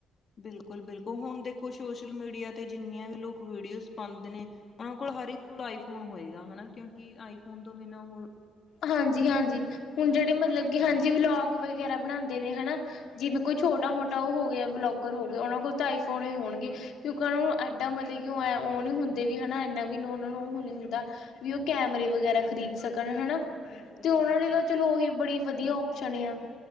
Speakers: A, on the left (about 45°); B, on the left (about 75°).
A: ਬਿਲਕੁਲ -ਬਿਲਕੁਲ ਹੁਣ ਦੇਖੋ ਸੋਸ਼ਲ ਮੀਡੀਆ ਤੇ ਜਿੰਨੀਆਂ ਵੀ ਲੋਕ ਵੀਡੀਓਜ਼ ਪਾਂਦੇ ਨੇ। ਓਨਾਂ ਕੋਲ ਹਰ ਇੱਕ ਕੋਲ ਆਈ ਫੋਨ ਹੋਏਗਾ ਹਨਾ। ਕਿਉਂਕਿ ਆਈਫੋਨ ਤੋਂ ਬਿਨਾਂ ਓ
B: ਹਾਂਜੀ- ਹਾਂਜੀ। ਹੁਣ ਜੇੜੇ
A: ਕੁਆਲਿਟੀ
B: ਮਤਲਬ ਕੀ
A: ਨੀ
B: ਹਾਂਜੀ
A: ਹੁੰਦੀ
B: ਵਲੋਗ ਵਗੈਰਾ ਬਣਾਂਦੇ ਨੇ ਹਨਾ। ਜਿਵੇਂ ਕੋਈ ਛੋਟਾ ਮੋਟਾ ਓ ਹੋ ਗਿਆ ਵਲੋਗਰ ਹੋ ਗਿਆ। ਓਨਾਂ ਕੋਲ ਤਾਂ ਆਈਫੋਨ ਹੋਣਗੇ। ਕਿਉਂਕਿ। ਓਨਾਂ ਨੂੰ ਐਡਾ ਮਲਬ ਕਿਉਂ ਓ ਨੀ ਹੁੰਦੇ ਵੀ ਹਨਾ। ਏਨਾ ਵੀ ਓਨਾਂ ਨੂੰ ਓ ਨ ਹੁੰਦਾ। ਵੀ ਓ ਕੈਮਰੇ ਵਗੈਰਾ ਖ਼ਰੀਦ ਸਕਣ ਹਨਾ।
A: ਬਿਲਕੁਲ-ਬਿਲਕੁਲ-ਬਿਲਕੁਲ
B: ਤੇ ਓਨਾਂ ਲਈ ਤਾਂ ਚਲੋ। ਓ ਬੜੀ ਵਧੀਆ ਓਪਸ਼ਨ ਆ।